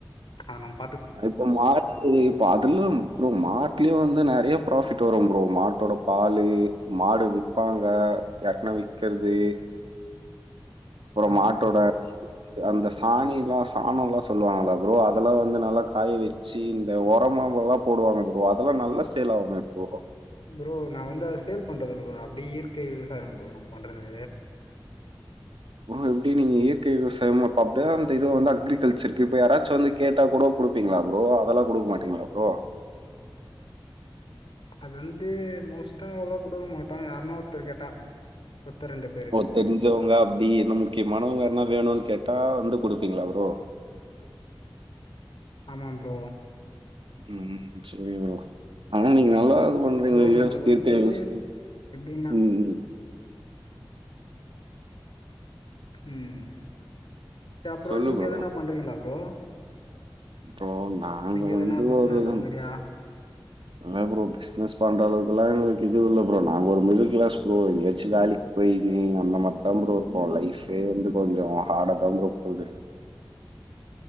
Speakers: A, on the left; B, on the right.
A: அத நம்
B: இப்ப மாடு இப்ப அதுலாம் ப்ரோ மாட்டுலயும் வந்து நிறைய ப்ராபிட் வரும் போ மாட்டோட பால் மாடு விற்பாங்க யார்குனா விற்கிற து அப்புறம்
A: ஆமா
B: மாட்டோட
A: ப்ரோ
B: அந்த சாணி எல்லாம் சாணம் எல்லாம் சொல்லுவாங்களா ப்ரோ அதெல்லாம் வந்து நல்லா காய வச்சு இந்த உரமா ல்லாம் போடுவாங்க ப்ரோ அதெல்லாம் நல்ல சேல் ஆகுமே ப்ரோ
A: ப்ரோ நான் வந்து அத சேல் பண்றதுல்ல ப்ரோ அப்படிே இயற்கை விவசாயம் ப்ரோ நம்ப பண்றது
B: எப்படி நீங்க இயற்கை விவசாயம் அப்டியே அந்த இது வந்து அக்ரிகல்ச்சர்கக்கு இப்ப யாராச்சும் வந்து கேட்டா கூட கொடுப்பீங்களா ப்ரோ அதெல்லாம் கொடுக்க மாட்டீங்களா ப்ரோ
A: <inaudible> அது வந்து மோஸ்ட்டா அவ்ளா குடுக்க மாட்டோ யாருன்னா ஒத்தர் கேட்டா ஒருத்தர் ரெண்டு பேரு
B: ஓ தெரிஞ்சவங்க அப்டி என்ன முக்கியமானவங்க என்ன வேணும்னு கேட்டா வந்து குடுப்பீங்களா ப்ரோ
A: ஆமாம் ப்ரோ
B: ம் சரி வரோ ஆனா நீங்க நல்லா ப்பு பண்றீங்களோ
A: ப்ரோ
B: இல்லையோ
A: நம்மளுக்கு வந்து
B: <unintelligible>
A: எப்படின்னா
B: ம் ம்
A: ம் த அப்புற
B: சொல்லு
A: நீங்க
B: ப்ரோ.
A: எதனா பண்றீங்களா ப்ரோ
B: அப்பறோ நாங்க
A: நீங்க எதனா
B: வந்து
A: பிசினஸ்
B: ஒருதம்
A: அது மாதிரியா
B: என்ன ப்ரோ பிசினஸ் பண்ற அளவுக்குல்லா எங்களுக் இதுவு இல்ல ப்ரோ நாங்க ஒரு மிடில் கிளாஸ் ப்ரோ எங்கயாச்சு வேலிக்கு போயு அந்த மார்த்தா ப்ரோ இருப்போ லைஃப்பே வந்து கொஞ்சொ ஹாடாதா ப்ரோ போது
A: <inaudible>